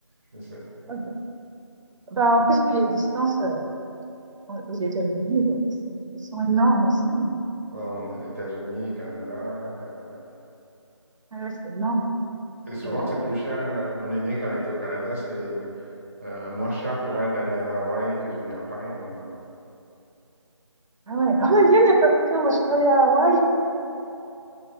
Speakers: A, on the right; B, on the right.
A: je sais.
B: <laughs> Ben, en plus, oui, les distances euh, aux États-Unis euh, sont, sont énormes aussi.
A: Ouais, on- États-Unis, Canada. euh,
B: Ah ouais, c'est énorme.
A: Et souvent,
B: Donc,
A: c'est
B: euh,
A: plus cher. euh, Mon aîné, quand il était au Canada, c'était euh, moins cher pour elle d'aller à Hawaï que de venir à Paris en même temps.
B: ah ouais, ah ouais, il n'y a pas photo. Moi, je suis allée à Hawaï.